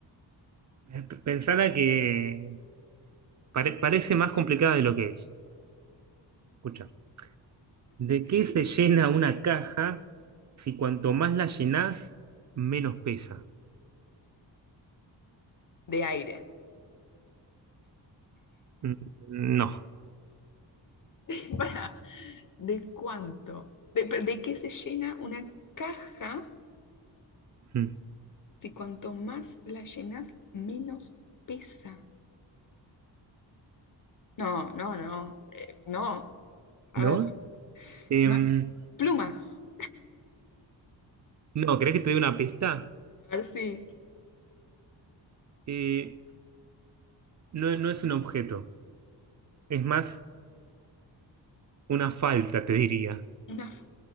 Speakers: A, on the right; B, on the left.
A: eh, p- Pensala que pare- parece más complicada de lo que es. Escucha, ¿de qué se llena una caja si cuanto más la llenás, menos pesa?
B: de aire.
A: Mm, No.
B: <laughs> Para, ¿de cuánto? ¿De, de qué se llena una caja
A: Mm,
B: si cuanto más la llenas, menos pesa? No, no, no, eh, no. A
A: ¿No?
B: ver,
A: Em,
B: no hay- plumas.
A: no, ¿querés que te dé una pista?
B: A ver si.
A: Eh, no, no es un objeto, es más una falta, te diría.
B: Una f-